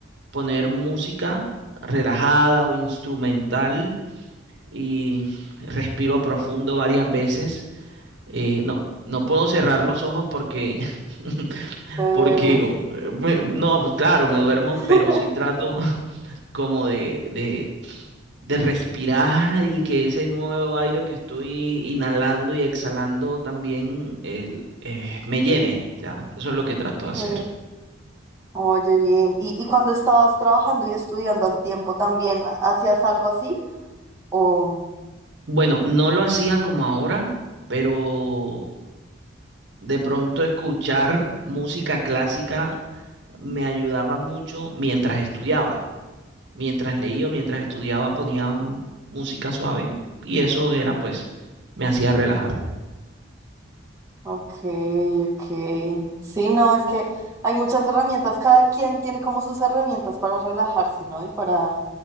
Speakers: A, on the right; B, on the right.
A: poner música relajada o instrumental y respiro profundo varias veces. Eh, no, no puedo cerrar los ojos porque, <laughs>
B: Te duermes.
A: porque eh, me- no, pues claro, me duermo,
B: <laughs>
A: pero sí trato <laughs> como de, de, de respirar y que ese nuevo aire que estoy inhalando y exhalando también el, eh, me llene. Ya, eso es lo que trato de hacer.
B: Sí. Oye, bien. ¿Y, y cuando estabas trabajando y estudiando al tiempo también, hacías algo así? O,
A: Bueno, no lo hacía como ahora, pero De pronto escuchar música clásica me ayudaba mucho mientras estudiaba. Mientras leía o mientras estudiaba ponía música suave y eso era pues, me hacía relajar.
B: ok, ok. Sí, no, es que hay muchas herramientas, cada quien tiene como sus herramientas para relajarse, ¿no? Y para